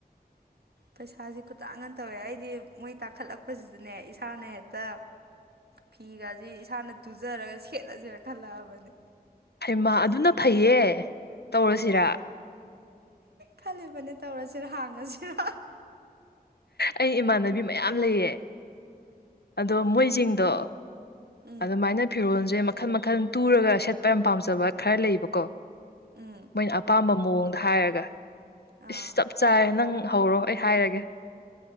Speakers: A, on the right; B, on the left.
A: ꯄꯩꯁꯥꯁꯦ ꯈꯨꯇꯥꯡ ꯃ ꯇꯧꯋꯦ ꯑꯩꯗꯤ ꯃꯣꯏ ꯇꯥꯡꯈꯠꯂꯛꯄꯁꯤꯗꯅꯦ ꯏꯁꯥꯅ ꯍꯦꯛꯇ ꯐꯤꯒꯖꯤ ꯏꯁꯥꯅ ꯇꯨꯖꯔꯒ ꯁꯦꯠꯂꯖꯤꯅ ꯈꯜꯂꯛꯑꯕꯅꯦ
B: ꯍꯩꯃ ꯑꯗꯨꯅ ꯐꯩꯌꯦ ꯇꯧꯔꯁꯤꯔ
A: ꯈꯜꯂꯤꯕꯅꯦ ꯇꯧꯔꯁꯤꯔ ꯍꯥꯡꯉꯁꯤꯔ
B: ꯑꯩ ꯏꯃꯥꯟꯅꯕꯤ ꯃꯌꯥꯝ ꯂꯩꯌꯦ ꯑꯗꯣ ꯃꯣꯏꯁꯤꯡꯗꯣ
A: ꯎꯝ
B: ꯑꯗꯨꯃꯥꯏꯅ ꯐꯤꯔꯣꯜꯖꯦ ꯃ ꯃꯈꯜ ꯃꯈꯜ ꯇꯨꯔꯒ ꯁꯦꯠꯄ ꯌꯥꯝ ꯄꯥꯝꯖꯕ ꯈꯔ ꯂꯩꯕꯀꯣ
A: ꯎꯝ
B: ꯃꯣꯏꯅ ꯑꯄꯥꯝꯕ ꯃꯑꯣꯡ ꯍꯥꯏꯔꯒ
A: ꯑꯥ
B: ꯏꯁ ꯆꯞ ꯆꯥꯔꯦ ꯅꯪ ꯍꯧꯔꯣ ꯑꯩ ꯍꯥꯏꯔꯒꯦ